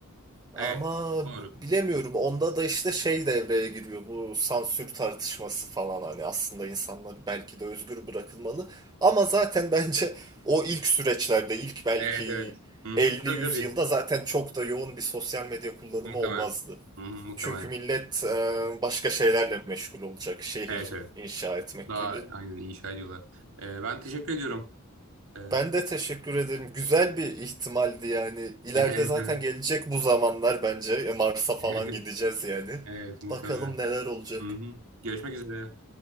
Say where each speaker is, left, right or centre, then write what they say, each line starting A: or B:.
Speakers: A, on the right (about 65°); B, on the right (about 20°).
A: Evet.
B: Ama
A: Doğru.
B: bilemiyorum. Onda da işte şey devreye giriyor. Bu sansür tartışması falan hani aslında insanlar belki de özgür bırakılmalı. Ama zaten bence o ilk süreçlerde ilk belki
A: Evet evet. Hı-hı.
B: 50-100
A: Tabii tabii.
B: yılda zaten çok da yoğun bir sosyal medya kullanımı
A: Muhtemelen.
B: olmazdı.
A: Hı-hı, muhtemelen.
B: Çünkü millet e, başka şeylerle meşgul olacak. Şehir
A: Evet evet.
B: inşa etmek
A: Daha
B: gibi.
A: aynen inşa ediyorlar. E, ben teşekkür ediyorum. E,
B: Ben de teşekkür ederim. Güzel bir ihtimaldi yani. İleride
A: <laughs> evet
B: zaten
A: evet.
B: gelecek bu zamanlar bence. E, Mars'a
A: <laughs>
B: falan gideceğiz yani.
A: Evet muhtemelen.
B: Bakalım neler olacak.
A: Hı hı. Görüşmek üzere.